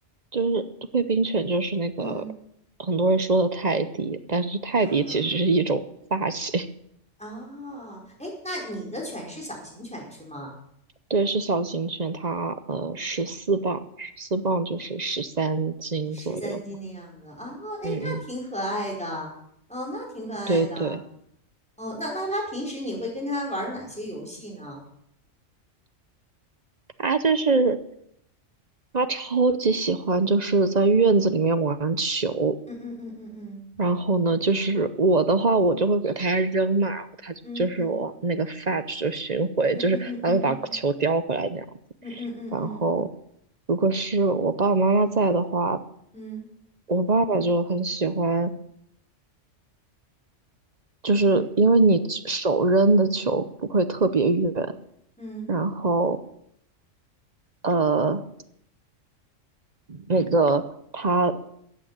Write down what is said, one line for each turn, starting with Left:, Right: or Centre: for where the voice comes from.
Right: 就是贵宾犬，就是那个
Centre: 嗯
Right: 很多人说的泰迪，但是泰迪其实是一种发型。
Centre: 啊
Right: <laughs>
Centre: 啊，哎，那你的犬是小型犬是吗？
Right: 对，是小型犬，它呃十四磅，十四磅就是十三斤左右吧。
Centre: 十三斤的样子啊，哎，
Right: 嗯嗯，
Centre: 那挺可爱的，哦，那挺可爱的。
Right: 对对，
Centre: 哦，那那他平时你会跟他玩儿哪些游戏呢？
Right: 它就是它超级喜欢就是在院子里面玩球，
Centre: 嗯嗯嗯嗯
Right: 然后呢，就是我的话，我就会给它扔嘛，然后它就就是我那个
Centre: 嗯嗯
Right: fetch 就寻回，
Centre: 嗯嗯嗯嗯嗯
Right: 就是它会把球叼回来那样。
Centre: 嗯嗯嗯
Right: 然后，如果是我爸爸妈妈在的话，
Centre: 嗯
Right: 我爸爸就很喜欢，就是因为你手扔的球不会特别远，
Centre: 嗯嗯
Right: 然后呃，那个他，